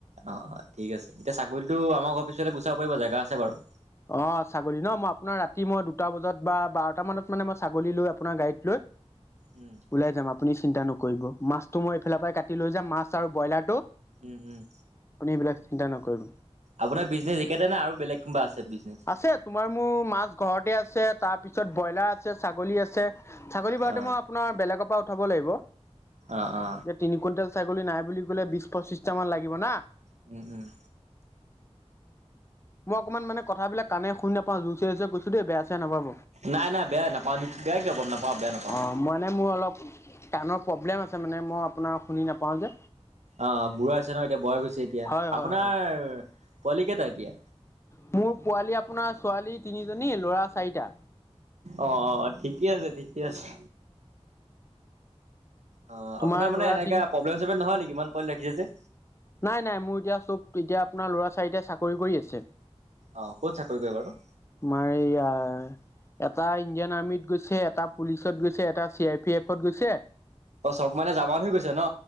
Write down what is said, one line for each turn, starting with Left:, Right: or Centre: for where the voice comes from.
Right: অঁ অঁ ঠিক আছে এতিয়া ছাগলীতো আমাৰ ঘৰৰ পিছতেই চাব পাৰিব জেগা আছে বাৰু
Left: অঁ ছাগলী ন মই আপোনাৰ ৰাতি মই দুটা বজাত বা বাৰটা মানত মানে মই ছাগলী লৈ আপোনাৰ গাড়ীত লৈ
Right: উম
Left: ওলাই যাম আপুনি চিন্তা নকৰিব মাছতটো মই এইফালৰ পৰাই কাটি লৈ যাম মাছ আৰু ব্ৰইলাৰটো।
Right: উম উম।
Left: আপুনি এইবিলাক চিন্তা নকৰিব।
Right: আপোনাৰ বিজনেছ একে নে আৰু বেলেগ কোনোবা আছে। বিজনেছ
Left: আছে তোমাৰ মোৰ মাছ ঘৰতে আছে তাৰ পিছত ব্ৰইলাৰ আছে ছাগলী আছে। ছাগলী বাৰুতে
Right: অ
Left: মই আপোনাৰ বেলেগৰ পৰা উঠাব লাগিব
Right: অ অ
Left: যে তিনি কুইণ্টেল ছাগলী নাই। বুলি ক'লে বিশ পঁচিশটা মান লাগিব না
Right: উম উম।
Left: মই অকমান মানে কথাবিলাক কানে শুনি নাপাওঁ জুইচ কৈছো। দ বেয়া নাপাব
Right: নাই নাই বেয়া নাপাওঁ বেয়া কিয় পাম নাপাওঁ বেয়া নাপাওঁ
Left: অঁ মানে মোৰ অলপ কাণৰ প্ৰব্লেম আছে মানে মই আপোনাৰ শুনি নাপাওঁ যে।
Right: অঁ বুঢ়া হৈছে ন এতিয়া বয়স হৈছে এতিয়া
Left: হয়,
Right: আপোনাৰ
Left: হয়, হয়,
Right: পোৱালি কেইটা এতিয়া।
Left: মোৰ পোৱালি আপোনাৰ ছোৱালী তিনিজনী ল'ৰা চাৰিটা।
Right: অঁ অঁ ঠিকে আছে ঠিকে আছে। অঁ
Left: তোমাৰ
Right: আপোনাৰ মানে
Left: ল'ৰা
Right: এনেকে
Left: তিন
Right: প্ৰব্লেম চব্লেম নহয় নেকি ইমান পোৱালী ৰাখিছে যে।
Left: নাই নাই মোৰ এতিয়া চব এতিয়া আপোনাৰ ল'ৰা ছাৰিটাই চাকৰি কৰি আছে।
Right: অ ক'ত চাকৰি কৰে বাৰু?
Left: তোমাৰ এইয়া এটা ইণ্ডিয়ান আৰ্মিত গৈছে এটা পুলিচত গৈছে এটা চি আৰ পি এফত গৈছে
Right: অ' চব মানে জামান হৈ গৈছে ন?